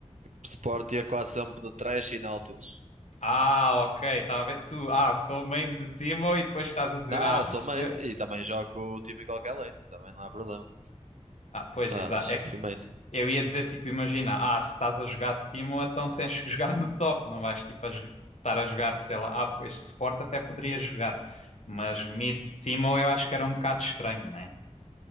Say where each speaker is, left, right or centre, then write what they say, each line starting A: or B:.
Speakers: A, on the right; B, on the left.
A: Suporte ia quase sempre de Thresh e Nautilus.
B: Ah, ok, estava a ver. Tu, ah, sou main de Timo e depois estás a dizer,
A: Não,
B: ah,
A: sou main
B: eu-
A: e também jogo o time em qualquer lane, também não há problema.
B: ah pois,
A: Pá,
B: exa-
A: mas sempre
B: é que
A: fui main.
B: eu ia dizer, tipo, imagina, ah, se estás a jogar de Timo, então tens que jogar no top, não vais, tipo, a jo- estar a jogar, sei lá, ah, pois, Sport até poderia jogar, mas mid Timo eu acho que era um bocado estranho, né?